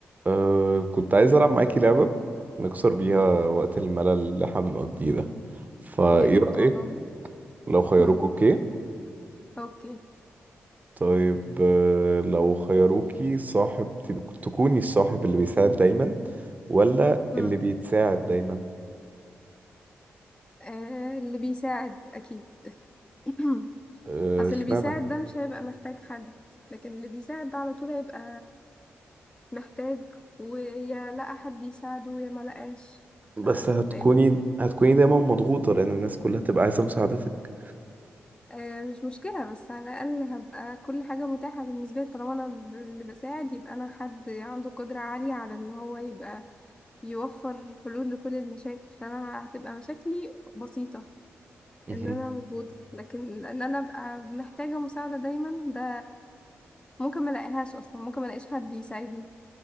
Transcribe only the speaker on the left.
يا ريت
والله
مم.
اوكي
مم.
آه اللي بيساعد اكيد <clears throat>
اصل
اللي بيساعد ده مش هيبقى محتاج حد لكن اللي بيساعد ده على طول هيبقى محتاج ويا لقى حد يساعده يا ما لقاش
ف-
فاهمني
آه مش مشكلة بس على الأقل هبقى كل حاجة متاحة بالنسبة لي طالما أنا ب- اللي بساعد يبقى أنا حد عنده قدرة عالية على إن هو يبقى يوفر حلول لكل المشاكل فأنا هتبقى مشاكلي بسيطة
ان انا مضغوطه لكن ان انا ابقى محتاجه مساعده دايما ده ممكن ما الاقيهاش اصلا ممكن ما الاقيش حد يساعدني